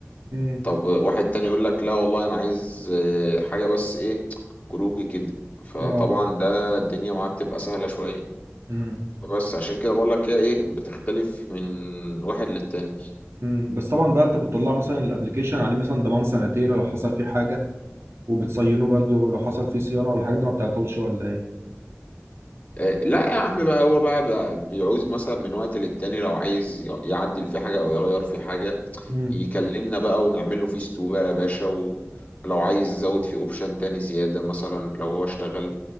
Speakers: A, on the right; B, on the left.
A: امم
B: طب واحد تاني يقول لك لا والله انا عايز آه، حاجة بس ايه كروكي كده فطبعا
A: اه
B: ده الدنيا معاه بتبقى سهلة شوية
A: امم
B: بس عشان كده بقول لك هي ايه بتختلف من واحد للتاني
A: امم بس طبعا بقى انت بتطلع مثلا الابليكيشن عليه مثلا ضمان سنتين لو حصل فيه حاجة وبتصينه برضه لو حصل فيه صيانة والحاجات دي ما بتعطلش ولا ايه
B: آه، لا يا عم بقى هو بقى, بقى بيعوز مثلا من وقت للتاني لو عايز ي- يعدل في حاجة أو يغير في حاجة
A: امم
B: يكلمنا بقى ونعمل له فيستو بقى يا باشا و- ولو عايز يزود في اوبشن تاني زيادة مثلا لو هو اشتغل